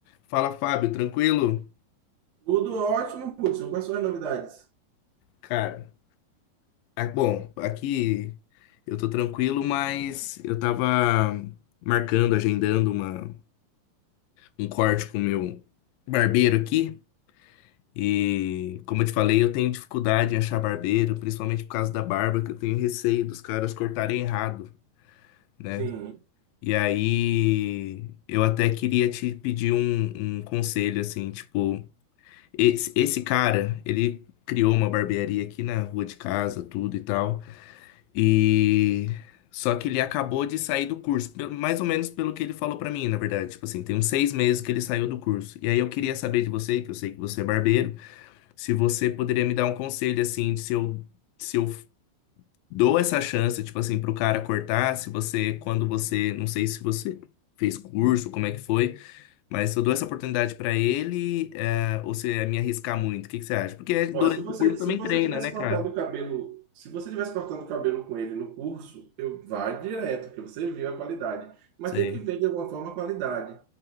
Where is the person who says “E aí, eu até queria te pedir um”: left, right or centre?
Left